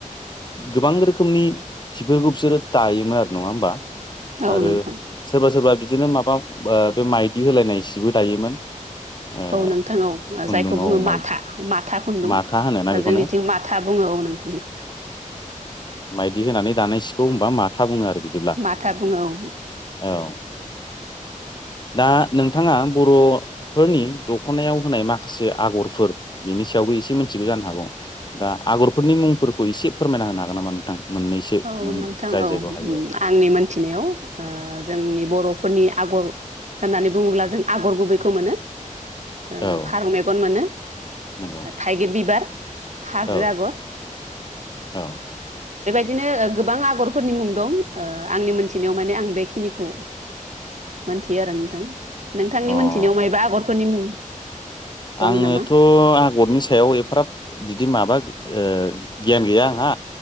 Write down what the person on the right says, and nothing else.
औ नोंथां
औ नोंथां औ।
जायखौ बुङो
माथा माथा खुन्दुं।
जोंनिथिं माथा बुङो औ नोंथां।
माथा बुङो औ
औ
नोंथां
औ।
आंनि मोनथिनायाव ओ जोंनि बर' फोरनि आगर होननानै बुङोब्ला जों आगर गुबैखौ मोनो। ओ
फारौ मेगन मोनो,
थाइगिर बिबार, हाजो
आगर,
बिदिनो ओ गोबां आग'रफोरनि मुं दं। ओ आंनि मोनथिनायाव माने आं बेखिनिखौ मोनथियो आरो नोंथां। नोंथांनि
मोनथिनायाव मायबा आगरफोरनि मुं दङ
नामा